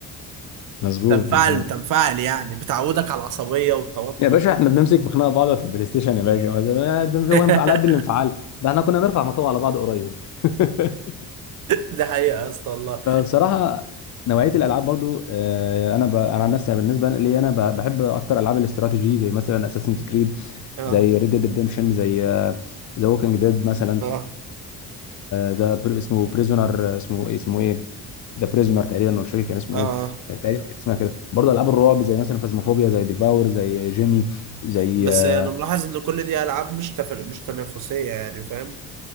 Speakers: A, on the left (about 40°); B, on the right (about 45°).
A: <laughs> مظبوط
B: تنفعل
A: مظبوط
B: تنفعل يعني بتعودك على العصبية والتوتر
A: يا باشا احنا بنمسك في خناقه بعض في البلاي ستيشن يا باشا ده- ده
B: <laughs>
A: هو ينفع- على قد الانفعال ده احنا كنا نرفع مطوع على بعض قريب <laughs>
B: ده حقيقة يا اسطى والله
A: فبصراحه نوعيه الالعاب برضو آه، انا ب... انا عن نفسي أنا بالنسبه لي انا ب... بحب اكتر العاب الاستراتيجي زي مثلا اساسنز كريد
B: اه
A: زي ريد ديد ريديمشن زي ذا ووكينج ديد مثلا
B: اه
A: ذا اسمه بريزونر اسمه ايه اسمه ايه ذا بريزونر تقريبا مش فاكر كان اسمه
B: اه
A: ايه
B: آه.
A: كان تقريبا كان اسمها كده برضه العاب الرعب زي مثلا فازموفوبيا زي ديفاور زي جيمي زي
B: بس
A: آه،
B: انا ملاحظ ان كل دي العاب مش تف... مش تنافسية يعني فاهم